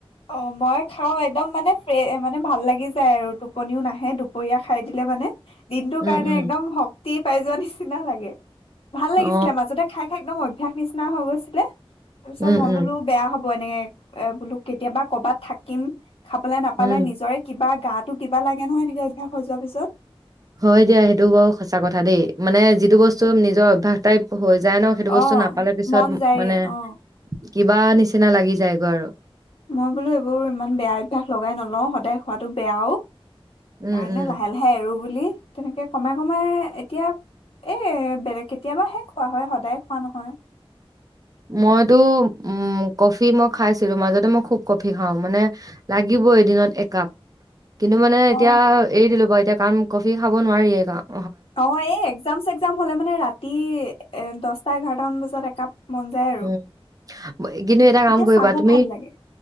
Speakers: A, on the left (about 70°); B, on the right (about 35°).
A: অ' মই খাও একদম মানে ফ্ৰ মানে ভাল লাগি যায় আৰু টোপনিও নাহে দুপৰীয়া খাই দিলে মানে। দিনটোৰ
B: উম
A: কাৰণে
B: উম
A: একদম শক্তি পাই যোৱা নি নিচিনা লাগে। ভাল লাগিছিলে।
B: অ
A: মাজতে খাই খাই <unintelligible> ক ন মই। াস নিচিনা হৈ গৈছিলে। তাৰ পিছত
B: উম
A: মই
B: উম
A: বোলো বেয়া হ'ব। ত এনেকৈ বোলো। কেতিয়াবা কৰ'বাত থাকিম। খাবলে নাপালে
B: উম
A: নিজৰে কিবা। গাটো কিবা লাগে নহয়, নেকি অভ্যাস হৈ যোৱাৰ পিছত।
B: হয় দিয়া সেইটো বাৰু সঁচা কথা দেই মানে যিটো বস্তু নিজৰ অভ্যাস টাইপ হৈ যায় ন সেইটো বস্তু
A: অ
B: নাপালে পিছত
A: মন যায়ে
B: মানে
A: অ
B: কিবা নিচিনা লাগি যায়গৈ আৰু।
A: মই বোলো এইবোৰ ইমান বেয়া অভ্যাস লগাই নলও সদায় খোৱাাটো বেয়াও সেইকাৰণে
B: উম উম
A: লাহে লাহে এৰু বুলি তেনেকে কমাই কমাই এতিয়া এই বেলেগ কেতিয়াবাহে খোৱা হয় সদায় খোৱা নহয়।
B: মইতো উ কফি মই খাইছিলো মাজতে মই খুব কফি খাওঁ মানে লাগিব এদিনত একাপ। কিন্তু মানে এতিয়া
A: অ
B: এৰি দিলো বাৰু এতিয়া কাৰণ কফি খাব নোৱাৰি গাওঁ
A: অ এই একজাম চেগজাম হলে মানে ৰাতি এ দহটা টা এঘাৰতামান বজাত একাপ মন যায় আৰু
B: উম কিন্তু এটা
A: তেতিয়া
B: কাম কৰিবা
A: চাহো
B: তুমি
A: ভাল লাগে